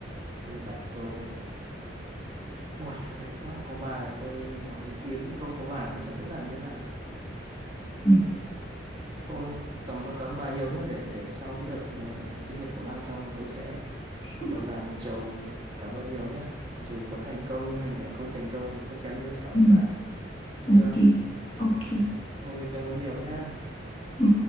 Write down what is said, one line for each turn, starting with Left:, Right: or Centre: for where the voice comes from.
Right: ghi lại câu này. Ôi, may quá có bà tôi hỏi ý kiến chứ không có bà nó chẳng biết làm thế nào.
Left: ừ.
Right: Thôi, cảm ơn cảm ơn bà nhiều nhé để để sau cái đợt ờ, sinh nhật của Lan xong tôi sẽ
Left: <laughs>
Right: mời bà một chầu cảm ơn nhiều nhé. Dù có thành công hay là không thành công chắc chắn tôi sẽ cảm ơn
Left: Ừ.
Right: bà. Được chưa?
Left: ok ok
Right: Ok, cảm ơn nhiều nhé.
Left: ừ.